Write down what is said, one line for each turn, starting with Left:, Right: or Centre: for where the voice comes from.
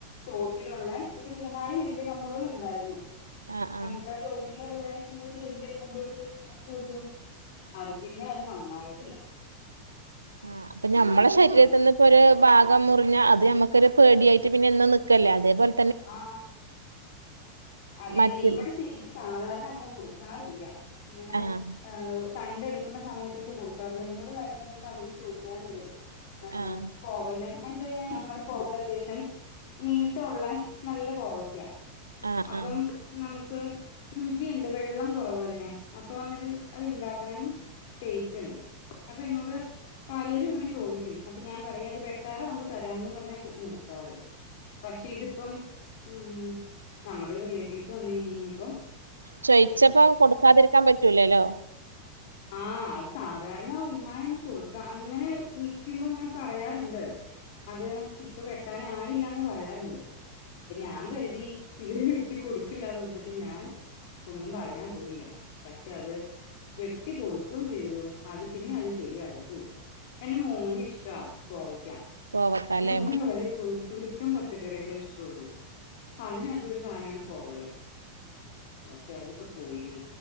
Left: ചോട്ടിലുള്ള ഒരു മൂന്നാല് വല്യ കമ്പുകൾ ഉണ്ടായിരുന്നു
Right: ആഹ് ആഹ്
Left: അങ്ങത്തൊ ചോട്ടിലുള്ള വല്യരു മുപടി പറുച്ചു അത് പിന്നെ അത് നന്നായിട്ടില്ല
Right: ആ അപ്പൊ ഞമ്മള
Left: പിന്നെപ്പ
Right: ശരീരത്തി
Left: ന
Right: നിന്ന് ഇപ്പോ ഒരു ഭാഗം മുറിഞ്ഞ അത് നമുക്കൊരു പേടിയായിട്ട് പിന്നെ ഇന്നുംനിക്കല്ലേ അതേപോൽ
Left: ആ അതെന്ന
Right: മറ്റ്
Left: ഇവിടെ ശരിക്കും സാധാരണങ്ങ കൊടുക്കാറില്ല ഇങ്ങനെ
Right: ആഹ്
Left: ഏഹ് തണ്ട് എടുക്കുന്ന സമയത്തൊക്കെ കൊടുക്കാറുള്ളൂ എന്നോട് കാര്യം പറഞ്ഞാൽ പലരും ചോദിക്കാറുണ്ട് ആ
Right: ആഹ്
Left: കോവൽ അഞ്ച എങ്ങനെ കഴിഞ്ഞാൽ നമ്മുടെ കോവൽ അത്യാവശ്യം നീട്ടുള്ള സ്നെല്ല കോവക്കെയാ
Right: ആഹ്
Left: അപ്പം
Right: ആഹ്
Left: നമുക്ക് രുചിയുണ്ട് വെള്ളം കുറവാ അതിനാ അപ്പൊ അന്നിട്ട് അത് ഇണ്ടാക്കാനും ടേസ്റ്റ് ഉണ്ട് അപ്പൊ എന്നോട് പലരും ഇങ്ങനെ ചോദിക്കും അപ്പൊ ഞാൻ പറ അത് വെട്ടാറാവുമ്പോ തരാന്ന് പറഞ്ഞാ നിർത്താറ് പക്ഷെ ഇതിപ്പം ഉം നമ്മുടെ റിലേറ്റീവ്സ് വന്ന് കഴിഞ്ഞപ്പം
Right: ചോയിച്ചപ്പം കൊടുക്കാതിരിക്കാൻ പറ്റൂലല്ലോ
Left: ആ അത് സാധാരണ ഉമ്മായിന്നും കൊടുക്ക അങ്ങനെ നിക്കുമ്പോ ഇങ്ങനെ പ പറയാറുണ്ട് അത് ഇപ്പൊ വെട്ടാന ആയില്ലന്ന് പറയാറുണ്ട് അപ്പൊ ഞാൻ കരുതി ഇവര് വെട്ടിക്കൊടുക്കില്ലന്ന് പറഞ്ഞിട്ട് ഞാൻ ഒന്നും പറയാൻ പോയില്ല പക്ഷെ അത് വെട്ടി കൊടുക്കുകയും ചെയ്തു അത് പിന്നെ അത് ശരിയായിട്ടുംല്ല എന്റെ മോന് ഇഷ്ടമാ കോവയ്ക്ക
Right: കോവക്ക
Left: എന്റെ
Right: ല്ലേ
Left: മൂന് വളരെ കു ചുരുക്കം പച്ചക്കറികളെ ഇഷ്ടുള്ളു അതിന് അത് ഒരു സാധനമാണ് കോവലം പക്ഷെ അതിപ്പോ പോയിന്നേ